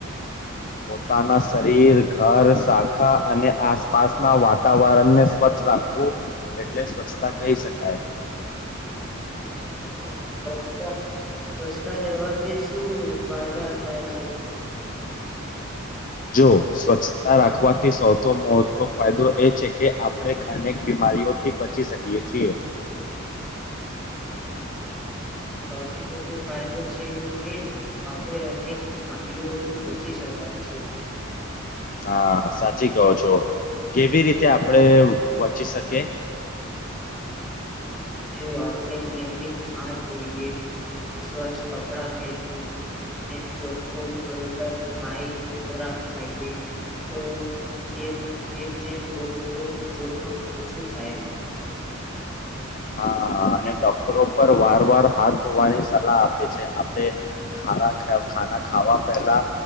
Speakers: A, on the left (about 40°); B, in the centre.
A: પોતાના શરીર ઘર શાખા અને આસપાસના વાતાવરણને સ્વચ્છ રાખવું એટલે સ્વચ્છતા કહી શકાય
B: હમ પ્રશ્ન રસ્તા રહેેવાથી શું ફાયદા થાય છે
A: જો સ્વચ્છતા રાખવાથી સૌથી મોટો ફાયદો એ છે કે આપણે અનેક બીમારીઓથી બચી શકીએ છીએ
B: હ સૌથી મોટો ફાયદો છે એ કે આપણે અનેક બીમારીઓથી બચી શકાય છે
A: હા સાચી કહો છો કેવી રીતે આપડે વચી શકીએ
B: જો આપણે નિયમિત હાથ ધોઈએ સ્વચ્છ કપડા પહેરીએ અને ચોખ્ખું ખરેખર ખાય ખોરાક ખાઈએ તો જે જે રોગનું જોખમ ઓછું થાય છે
A: હા અને ડોક્ટરો પર વાર વાર હાથ ધોવાની સલાહ આપે છે આપણે ખ ખાના ખાવા પહેલા